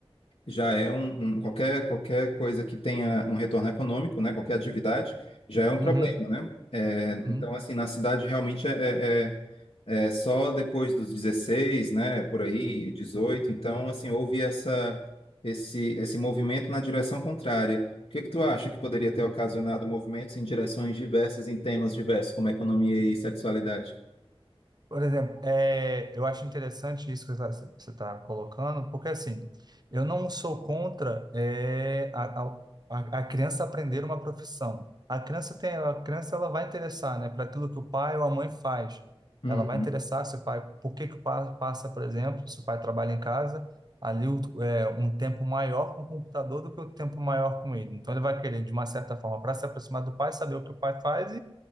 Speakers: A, on the left (about 75°); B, on the right (about 45°).
A: já é um, um- qualquer, qualquer coisa que tenha um retorno econômico, né? Qualquer atividade já é um
B: Uhum.
A: problema, né? É,
B: Uhum.
A: então, assim, na cidade realmente é, é, é é só depois dos dezesseis né? Por aí, dezoito Então, assim, houve essa, esse, esse movimento na direção contrária. O que que tu acha que poderia ter ocasionado movimentos em direções diversas, em temas diversos, como economia e sexualidade?
B: Por exemplo, é, eu acho interessante isso que você está colocando, porque assim, eu não sou contra é, a, a, a criança aprender uma profissão. A criança tem, a criança ela vai interessar, né, para aquilo que o pai ou a mãe faz.
A: Uhum,
B: Ela vai interessar se o pai, por que que o pai passa, por exemplo, se o pai trabalha em casa, ali o- é, um tempo maior com o computador do que o tempo maior com ele. Então ele vai querer, de uma certa forma, para se aproximar do pai, saber o que o pai faz